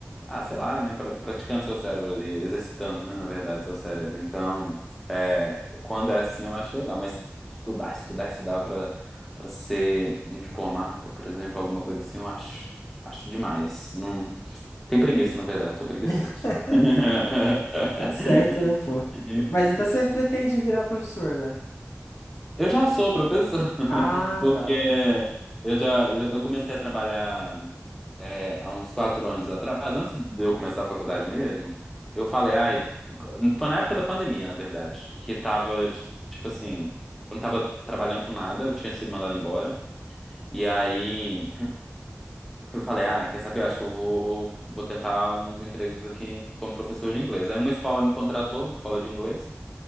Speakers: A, in the centre; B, on the left.
A: ah, sei lá, né, pra, praticando seu cérebro ali, exercitando, né, na verdade, seu cérebro. Então, é, quando é assim, eu acho legal, mas estudar, estudar, estudar pra, pra ser um diplomata, por exemplo, alguma coisa assim, eu acho, acho demais. Não, tem preguiça, na verdade, sou preguiçoso.
B: <laughs>
A: <laughs>
B: Tá certo, né, pô?
A: Enfim.
B: Mas então você pretende virar professor, né?
A: Eu já sou professor,
B: Ah,
A: <laughs> porque
B: tá.
A: eu já eu comecei a trabalhar. é, há uns quatro anos atrás, antes de eu começar a faculdade mesmo, eu falei, ai, foi na época da pandemia, na verdade, que tava, tipo assim, eu não tava trabalhando com nada, eu tinha sido mandado embora, e aí eu falei, ah, quer saber, eu acho que eu vou, vou tentar uns empregos aqui como professor de inglês. Aí uma escola me contratou, uma escola de inglês,